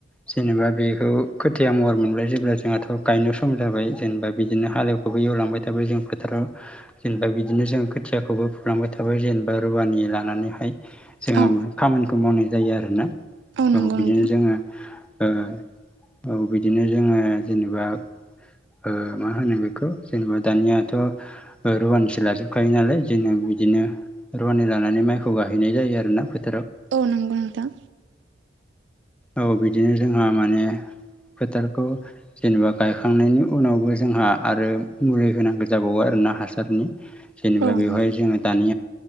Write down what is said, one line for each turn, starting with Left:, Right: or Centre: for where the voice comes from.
Centre: जेनेबा बेखौ खोथिया महर मोनबाय जेब्ला जोंहाथ' गायनो सम जाबाय जेनेबा बिदिनो हालेवखौबो एवलांबाय थाबाय जों फोथाराव जेनेबा बिदिनो जों खोथियाखौबो फुलांबाय थाबाय जेनेबा रुवानि लानानैहाय। जोङो
Right: औ
Centre: खामानिखौ मावनाय जायो आरोना। औ
Right: नंगौ
Centre: बिदिनो
Right: नोंथां
Centre: जोङो ओ औ बिदिनो जोङो जेनेबा ओ मा होनो बेखौ जेनेबा दानियाथ' रुवानिसो लाजोबखायो नालाय जोङो बिदिनो रुवानि लानानै माइखौ गायहोनाय जायो आरो।
Right: औ नंगौ नोंथां।
Centre: औ बिदिनो जोंहा माने फोथारखौ जेनेबा गायखांनायनि उनावबो जोंहा आरो मुलि होनांगौ जाबावो आरो। ना हासारनि जेनेबा
Right: औ
Centre: बेवहाय
Right: नंगौ
Centre: जोङो दानि